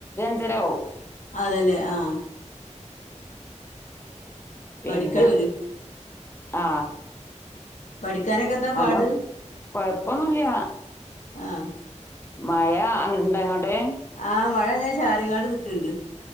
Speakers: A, on the left; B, on the left.
A: താരാവോ
B: അതെല്ലേ ആ.
A: പിന്നെ
B: പഠിക്കോ അവര്?
A: ആ.
B: പഠിക്കാനൊക്കെ എന്താ
A: നല്ല
B: പാട്
A: കൊഴപ്പൊന്നുമില്ല
B: ആ.
A: മഴ ഇണ്ടാ അങ്ങോട്ടെ?
B: ആ മഴ ഞാൻ ചാറിങ്ങാട് നിക്കണ്ട്.